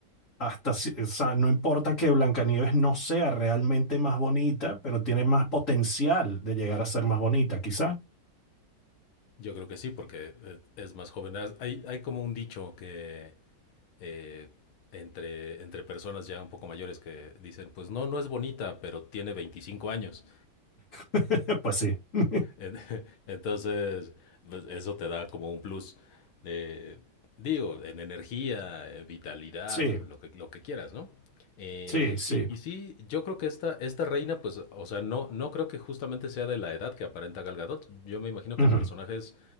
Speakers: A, on the left; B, on the left.
A: hasta, si- o sea, no importa que Blancanieves no sea realmente más bonita, pero tiene más potencial de llegar a ser más bonita, quizás.
B: Yo creo que sí, porque eh, es más joven. Has- Hay, hay como un dicho que eh, entre, entre personas ya un poco mayores que dicen, pues no, no es bonita, pero tiene 25 años.
A: <laughs> Pues sí. <laughs>
B: En- <laughs> Entonces, pues, eso te da como un plus de, digo, en energía, en vitalidad,
A: Sí,
B: lo que, lo que quieras, ¿no? Eh,
A: sí, sí.
B: y, y sí, yo creo que esta, esta reina, pues, o sea, no, no creo que justamente sea de la edad que aparenta Gal Gadot. Yo me imagino que
A: Ujú,
B: el personaje es,